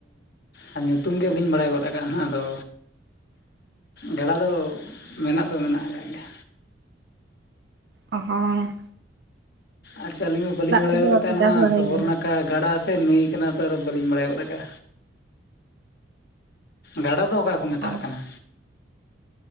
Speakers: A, on the left (about 55°); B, on the right (about 55°).
A: ᱟ ᱧᱩᱛᱩᱢ ᱜᱮᱞᱤᱧ ᱵᱟᱲᱟᱭ ᱜᱚᱫ ᱟᱠᱟᱟᱜᱼᱟ ᱱᱟᱦᱟᱜ ᱟᱫᱚ ᱜᱟᱰᱟ ᱫᱚ ᱢᱮᱱᱟᱜ ᱫᱚ ᱢᱮᱱᱟᱜ ᱟᱠᱟᱜ ᱜᱮᱭᱟ
B: ᱚ ᱦᱚᱸᱝ
A: ᱟᱪᱪᱷᱟ ᱟᱹᱞᱤᱧ ᱢᱟ ᱵᱟᱹᱞᱤᱧ ᱵᱟᱲᱟᱭ
B: ᱛᱮᱫᱚ
A: ᱞᱮᱫ
B: ᱵᱟᱯᱮ
A: ᱛᱟᱸᱦᱮᱱᱟ
B: ᱪᱟᱥ ᱵᱟᱲᱟᱭ
A: ᱥᱚᱵᱚᱨᱱᱟ
B: ᱜᱮᱭᱟ?
A: ᱱᱟᱠᱷᱟ ᱜᱟᱰᱟ ᱥᱮᱱ ᱱᱟᱹᱭ ᱠᱟᱱᱟ ᱛᱚ ᱵᱟᱹᱞᱤᱧ ᱵᱟᱲᱟᱭ ᱜᱚᱫ ᱠᱟᱜᱼᱟ ᱜᱟᱰᱟ ᱫᱚ ᱚᱠᱟ ᱠᱚ ᱢᱮᱛᱟᱜ
B: ᱚ
A: ᱠᱟᱱᱟ?